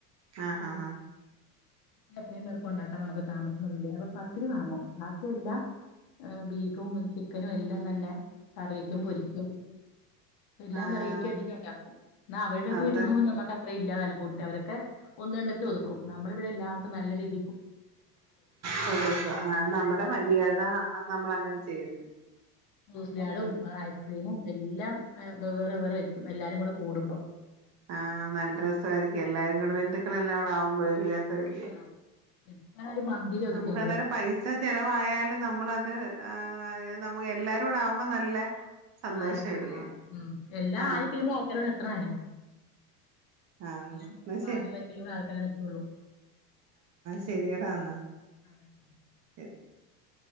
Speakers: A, on the right; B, on the left.
A: ആ ആ ആ
B: അത്രയും പേർക്ക് ഉണ്ടാക്കാൻ നമുക്ക് താമസം വരൂല്ലേ അപ്പൊ പത്തിരി വാങ്ങും ബാക്കിയെല്ലാം ബീഫും ചിക്കനും എല്ലാം തന്നെ കറിവെയ്ക്കും പൊരിയ്ക്കും എല്ലാം
A: ആഹ്
B: വെറൈറ്റി ആ പിന്നെയുണ്ടാക്കും എന്നാ അവര് ടെയൊക്കെ
A: അത്
B: വീട്ടിൽ പോകുമ്പോ നമുക്ക് അത്ര ഇല്ലാതാനും ഫുഡ് അവരൊക്കെ ഒന്നു രണ്ടെണ്ണത്തി ഒതുക്കും നമ്മള് ഇവിടെ എല്ലാവർക്കും നല്ല രീതി
A: കൊടുക്കും ആ നമ്മുടെ മര്യാദ നമ്മൾ അങ്ങനെ ചെയ്യുന്നു
B: ഫ്രൂട്ട്സ്ലാഡും ഐസ്ക്രീമും എല്ലാം വെ വെവ്വേറെ വേറെ എല്ലാരും കൂടെ കൂടുമ്പോ
A: ആ നല്ല രസായിരിക്കും എല്ലാരും നമ്മുടെ ബന്ധുക്കളെല്ലാം കൂടെ ആവുമ്പോഴെ ഒരു രസം അല്ലേ
B: ആഹ് <inaudible> ഒതുക്കുന്നത്
A: നമുക്ക് അന്നേരം പൈസ ചെലവായാലും നമ്മളത് ആ നമക്ക് എല്ലാരൂടെ ആവുമ്പോ നല്ല സന്തോഷല്ലേ
B: <unintelligible> ആ ഉം എല്ലാം
A: ആഹ്
B: ആയിക്കഴിയുമ്പോ <unintelligible> <unintelligible>
A: ആഹ്
B: എല്ലാം നമ്മൾ
A: എന്നാ
B: പാചകമായി
A: ശരി
B: കഴിയുമ്പഴേ ആൾക്കാരെല്ലാം എത്തൂള്ളു
A: ശെരിയെടാന്നാ
B: <inaudible>
A: <inaudible>